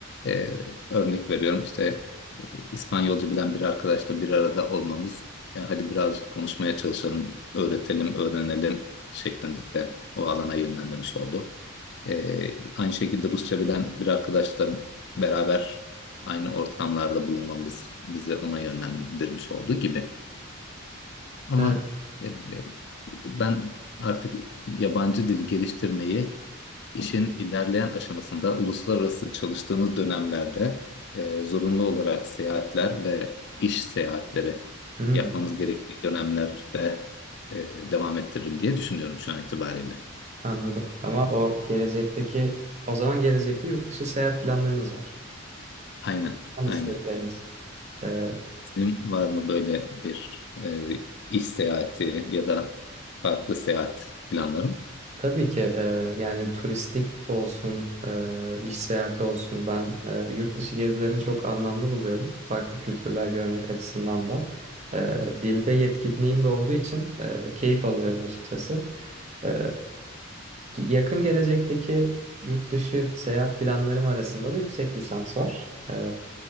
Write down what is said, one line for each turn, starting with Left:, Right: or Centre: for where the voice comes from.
Left: Ee, örnek veriyorum işte e, İspanyolca bilen bir arkadaşla bir arada olmamız. Ya hadi birazcık konuşmaya çalışalım, öğretelim, öğrenelim şeklinde o alana yönlendirmiş oldu. Ee, aynı şekilde Rusça bilen bir arkadaşla beraber aynı ortamlarda bulunmamız bizi ona yönlendirmiş olduğu gibi. Ama
Right: Evet.
Left: e, ben artık yabancı dili geliştirmeyi işin ilerleyen aşamasında uluslararası çalıştığımız dönemlerde e, zorunlu olarak seyahatler ve iş seyahatleri
Right: Hmm,
Left: yapmamız gerektiği dönemlerde e, devam ettiririm diye düşünüyorum şu an itibariyle.
Right: anladım. Ama o gelecekteki, o zaman gelecekte yurt dışı seyahat planlarınız var.
Left: Aynen,
Right: An
Left: aynen.
Right: istekleriniz. Ee,
Left: Senin var mı böyle bir e, iş seyahati ya da farklı seyahat planların?
Right: tabii ki e, yani turistik olsun, e, iş seyahati olsun. Ben e, yurt dışı gezilerini çok anlamlı buluyorum. Farklı kültürler görmek açısından da. E, dilde yetkinliğim de olduğu için e, keyif alıyorum açıkçası. E, yakın gelecekteki yurt dışı seyahat planlarım arasında da yüksek lisans var. E,